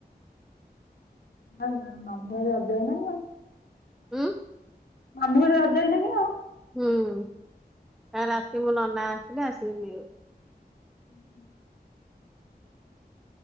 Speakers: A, on the left (about 70°); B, in the centre.
A: <unintelligible> ମାମୁଁ ଘରେ ଅଜାକୁ ନାହିଁ ଆଉ।
B: ଉଁ?
A: ମାମୁଁ ଘରେ ରଜା ହେଇନା କି ଆ।
B: ହୁଁ ତା ରାତିକୁ ନନା ଆସଥିଲା ଆସିକି ନେଇଗଲେ।
A: ହୁଁ ହୁଁ। <inaudible>